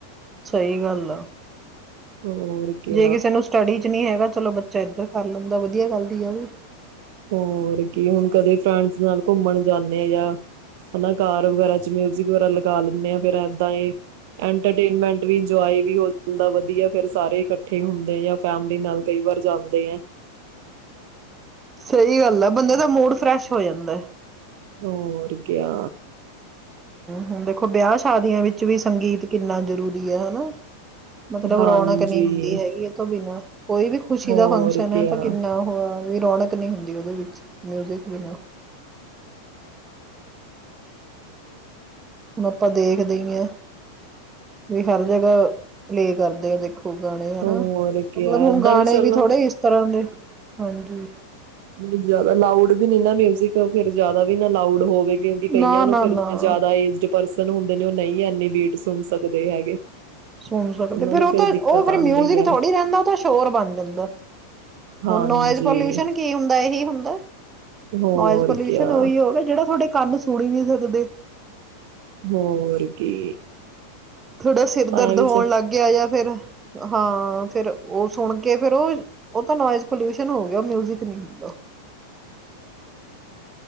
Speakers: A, on the right; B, on the right.
A: ਸਹੀ ਗੱਲ ਆ
B: ਹੋਰ ਕੀ
A: ਜੇ ਕਿਸੇ ਨੂੰ ਸਟੱਡੀ ਚ ਨਹੀਂ ਹੈਗਾ ਚਲੋ ਬੱਚਾ ਇਧਰ ਕਰ ਲੈਂਦਾ ਵਧੀਆ ਗੱਲ ਵੀ ਆ ਵੀ
B: ਹੋਰ ਕੀ ਹੁਣ ਕਦੇ ਫਰੈਂਡਸ ਨਾਲ ਘੁੰਮਣ ਜਾਂਦੇ ਆ ਜਾਂ ਹਨਾ ਕਾਰ ਵਗੈਰਾ ਚ ਮਿਊਜਿਕ ਵਗੈਰਾ ਲਗਾ ਲੈਂਦੇ ਆ ਫੇਰ ਏਦਾਂ ਹੀ ਐਂਟਰਟੇਨਮੈਂਟ ਵੀ ਇੰਜੋਏ ਵੀ ਹੋ ਜਾਂਦਾ ਵਧੀਆ ਫਿਰ ਸਾਰੇ ਇਕੱਠੇ ਹੁੰਦੇ ਆ ਜਾਂ ਫੈਮਲੀ ਨਾਲ ਕਈ ਵਾਰ ਜਾਂਦੇ ਆ
A: ਸਹੀ ਗੱਲ ਹ ਬੰਦੇ ਦਾ ਮੂਡ ਫਰੈਸ਼ ਹੋ ਜਾਂਦਾ
B: ਹੋਰ ਕਿਆ
A: ਹਮਮ ਦੇਖੋ ਵਿਆਹ ਸ਼ਾਦੀਆਂ ਵਿੱਚ ਵੀ ਸੰਗੀਤ ਕਿੰਨਾ ਜ਼ਰੂਰੀ ਹੈ ਹਨਾ ਮਤਲਬ
B: ਹਾਂਜੀ
A: ਰੌਣਕ ਨਹੀਂ ਹੁੰਦੀ ਹੈਗੀ ਇਹ ਤੋਂ ਬਿਨਾਂ ਕੋਈ ਵੀ ਖੁਸ਼ੀ
B: ਹੋਰ
A: ਦਾ ਫੰਕਸ਼ਨ
B: ਕਿਆ
A: ਹੈ ਤਾਂ ਕਿੰਨਾ ਉਹ ਬਈ ਰੌਣਕ ਨਹੀਂ ਹੁੰਦੀ ਉਹਦੇ ਵਿੱਚ ਮਿਊਜਿਕ ਵੀ ਨਾ ਹੁਣ ਆਪਾਂ ਦੇਖਦੇ ਹੀ ਹ ਵੀ ਹਰ ਜਗ੍ਹਾ ਪਲੇਅ ਕਰਦੇ ਹਾਂ ਦੇਖੋ ਗਾਣੇ ਹਨਾ
B: ਹੋਰ
A: ਮਤਲਬ
B: ਕਿਆ
A: ਹੁਣ
B: ਏਦਾਂ
A: ਗਾਣੇ
B: ਚਲੋ
A: ਵੀ ਥੋੜੇ ਇਸ ਤਰ੍ਹਾਂ ਦੇ ਹਾਂਜੀ
B: ਨਹੀਂ ਜਿਆਦਾ ਲਾਉੜ ਨ ਨਾ ਮਿਊਜਿਕ ਫਰ ਜ਼ਿਆਦਾ ਇੰਨਾ ਲਾਊਡ ਹੋਵੇ ਕਿਉਂਕਿ ਕਈਆਂ
A: ਨਾ ਨਾ
B: ਨੂੰ ਫਿਰ
A: ਨਾ
B: ਜ਼ਿਆਦਾ ਏਜਡ ਪਰਸਨ ਹੁੰਦੇ ਨੇ ਉਹ ਨਹੀਂ ਇਨੀੇ ਬੀਟ ਸੁਣ ਸਕਦੇ ਹੈਗੇ
A: ਸੁਣ ਸਕਦੇ
B: ਉਹਨਾਂ
A: ਫਿਰ
B: ਨੂੰ
A: ਉਹ ਤਾਂ
B: ਦਿੱਕਤ
A: ਉਹ ਫਿਰ
B: ਆਉਂਦੀ
A: ਮਿਊਜਿਕ
B: ਹੈ
A: ਥੋੜ੍ਹੀ ਰਹਿੰਦਾ ਉਹ ਤਾਂ ਸ਼ੋਰ ਬਣ ਜਾਂਦਾ
B: ਹਾਂਜੀ
A: ਹੁਰ ਨੋਇਜ਼ ਪੋਲਿਊਸ਼ਨ ਕੀ ਹੁੰਦਾ ਇਹੀ ਹੁੰਦਾ
B: ਹੋਰ
A: ਨੋਇਜ਼ ਪੋਲਿਊਸ਼ਨ
B: ਕਿਆ
A: ਉਹੀ ਹੋ ਗਿਆ ਜਿਹੜਾ ਤੁਹਾਡੇ ਸਾਨੂ ਸੁਣ ਹੀ ਨਹੀਂ ਸਕਦੇ
B: ਹੋਰ ਕੀ
A: ਥੋਡਾ ਸਿਰ
B: ਪਾਇਆ
A: ਦਰਦ
B: ਵਿੱਚ
A: ਹੋਣ ਲੱਗ ਗਿਆ ਜਾਂ ਫਿਰ ਹਾਂ ਫਿਰ ਉਹ ਸੁਣ ਕੇ ਫੇਿਰ ਉਹ ਉਹ ਤਾਂ ਨੋਇਜ਼ ਪੋਲਿਊਸ਼ਨ ਹੋ ਗਿਆ ਮਿਊਜਿਕ ਨਹੀਂ